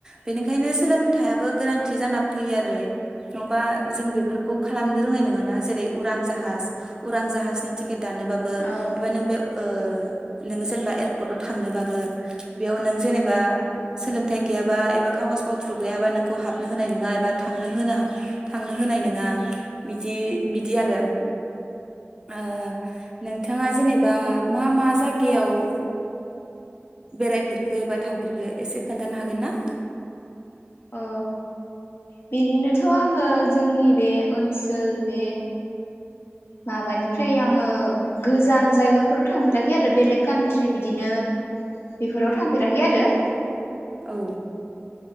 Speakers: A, on the right; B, on the left.
A: बेनिखायनो सोलोंथाइयाबो गोनांथि जाना फैयो आरो नङाबा जों बेफोरखौ खालामनो रोंनाय नङाना जेरै उरां जाहाज उरां जाहाजनि टिकि र दानोबाबो
B: औ
A: एबा नों बे ओ नोङो जेनेबा एयारपर्टआव थांनोबाबो बेयाव नों जेनेबा सोलोंथाइ गैयाबा एबा कागज पथ्र गैयाबा नोंखौ हाबनो होनाय नङा एबा थांनो होन थांनो होनाय नङा बिदि बिदि आरो। ओ नोंथाङा जेनेबा मा मा जायगायाव ओ बेरायफेरखो बा थांफेरखो एसे खोन्थानो हागोन ना?
B: औ बिदिनोथ आङो जोंनि बे ओनसोल बे माबानिफ्राय आङो गोजान जायगाफोराव थांफेराखै आरो बेलेग कान्ट्रि बिदिनो बेफोराव थांफेराखै आरो
A: औ